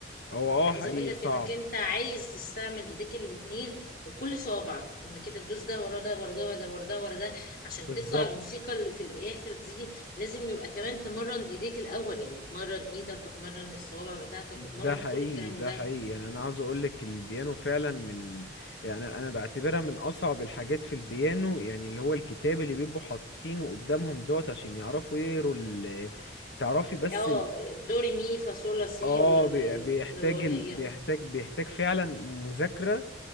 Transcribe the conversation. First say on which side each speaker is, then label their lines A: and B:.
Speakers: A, on the left; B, on the left.
A: هو اه
B: عايزه
A: حقيقي
B: اقول لك
A: صعب
B: انك انت عايز تستعمل ايديك الاتنين وكل صوابعك انك كده تدوس ده ورا ده ورا ده ورا ده ورا ده ورا ده عشان
A: بالظبط
B: تطلع الموسيقى اللي في الاخر دي لازم يبقى كمان تمرن ايديك الاول يعني تمرن ايدك وتمرن الصوابع بتاعتك
A: ده
B: وتمرن
A: حقيقي
B: كل الكلام
A: ده
B: ده
A: حقيقي يعني انا عاوز اقول لك البيانو فعلا من يعني انا بعتبرها من اصعب الحاجات في البيانو يعني اللي هو الكتاب اللي بيبقوا حاطينه قدامهم دوت عشان يعرفوا يقروا ال... تعرفي بس
B: اه
A: ال...
B: دوري مي فا صول لا سي
A: اه
B: والاغنيه
A: بي- بيحتاج ال... بيحتاج بيحتاج فعلا مذاكرة